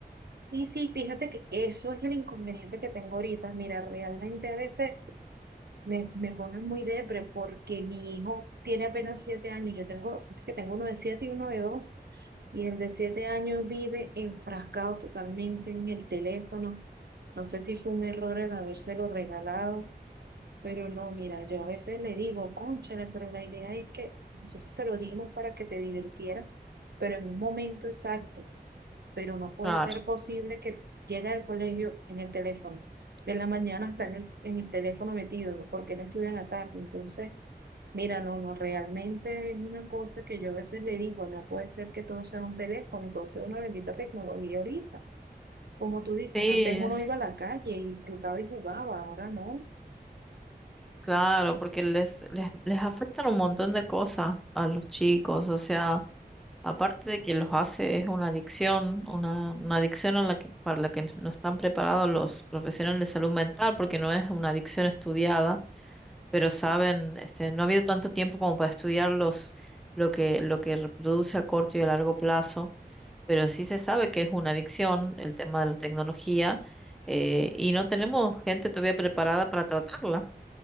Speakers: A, on the right; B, in the centre.
A: Y sí, fíjate que eso es el inconveniente que tengo ahorita. Mira, realmente a veces Me, me pone muy depre porque mi hijo tiene apenas siete años. Yo tengo, sabes que tengo uno de siete y uno de dos. Y el de siete años vive enfrascado totalmente en el teléfono. No sé si fue un error el habérselo regalado, pero no, mira, yo a veces le digo, cónchale, pero la idea es que nosotros te lo dimos para que te divirtieras, pero en un momento exacto pero no puede
B: Claro,
A: ser posible que llegue al colegio en el teléfono. De la mañana está en el, en el teléfono metido, porque él estudia en la tarde. Entonces, mira, no, no, realmente es una cosa que yo a veces le digo, no puede ser que todo sea un teléfono, todo sea una bendita tecnología ahorita. Como tú dices,
B: sí,
A: antes
B: es
A: uno iba a la calle y disfrutaba y jugaba, ahora no.
B: claro, porque les, les, les afectan un montón de cosas a los chicos, o sea, aparte de que los hace es una adicción, una, una adicción a la que, para la que no están preparados los profesionales de salud mental, porque no es una adicción estudiada, pero saben, este, no ha habido tanto tiempo como para estudiar los, lo que, lo que reproduce a corto y a largo plazo, pero sí se sabe que es una adicción el tema de la tecnología, eh, y no tenemos gente todavía preparada para tratarla.